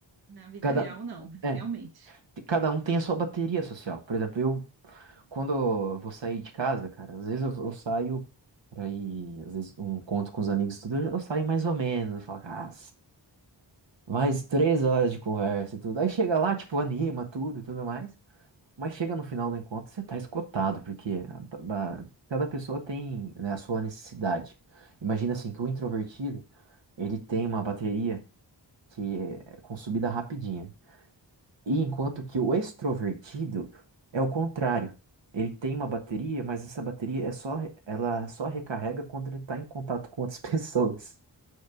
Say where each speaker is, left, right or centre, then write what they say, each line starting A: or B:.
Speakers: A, on the right; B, on the right.
A: Na vida
B: cada,
A: real, não,
B: é,
A: realmente.
B: te- cada um tem a sua bateria social. Por exemplo, eu, quando eu vou sair de casa, cara, às vezes eu, eu saio pra ir, às vezes, um encontro com os amigos, e tudo, eu, eu saio mais ou menos, eu falo, cara, mais três horas de conversa e tudo. Aí chega lá, tipo, anima tudo e tudo mais. Mas chega no final do encontro, você tá esgotado, porque a- a- cada pessoa tem, né, a sua necessidade. Imagina assim, que o introvertido, ele tem uma bateria que é consumida rapidinho. E enquanto que o extrovertido é o contrário. Ele tem uma bateria, mas essa bateria é só, ela só recarrega quando ele está em contato com outras <laughs> pessoas.